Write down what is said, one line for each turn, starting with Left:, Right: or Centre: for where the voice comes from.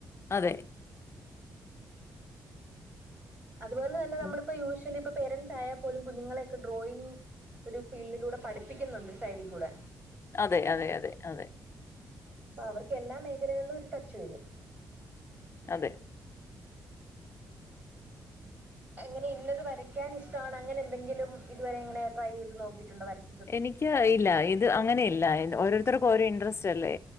Left: അതെ
Right: അതുപോലെ തന്നെ നമ്മളിപ്പോ
Left: ഉം
Right: യൂഷോലി ഇപ്പേ പേരൻറ്സ് ആയാ പോലും കുങ്ങളെയൊക്കേ ഡ്രോയിങ് ഒരു ഫീൽഡിലൂടെ പഠിപ്പിക്കുന്നുണ്ട് സൈഡിലൂടെ
Left: അതെ അതെ അതെ അതെ
Right: ആഹ് അവർക്ക് എല്ലാ മേഖലകളിലും ഒര് ട്ടച്ച് വരും
Left: അതെ
Right: എങ്ങനെ ഇന്നത് വരക്ക്യാൻ ഇഷ്ടാണ് അങ്ങനെ എന്തൊങ്കിലും ഇത് വേരെ ഇങ്ങനെ ട്രൈയ് ചെയ്ത് നോക്കിയിട്ട് ഇണ്ടോ വെരക്കാ
Left: എനിക്ക് ആയില്ല ഇല്ല ഇത് അങ്ങനെ ഇല്ല ഓരോരുത്തർക്കും ഓരോ ഇൻട്രസ്റ്റ് അല്ലേ